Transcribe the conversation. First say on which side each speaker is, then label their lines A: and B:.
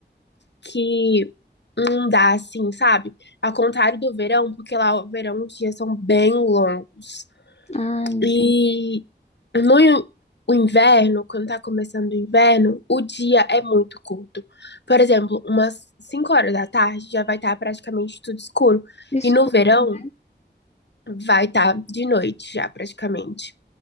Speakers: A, on the left; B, on the left.
A: que não dá assim, sabe? Ao contrário do verão, porque lá o verão os dias são bem longos.
B: Ah, entendi.
A: E No in- o inverno, quando tá começando o inverno, o dia é muito curto. Por exemplo, umas 5 horas da tarde já vai estar praticamente tudo escuro.
B: Desculpa,
A: E no verão
B: né?
A: vai estar de noite já praticamente.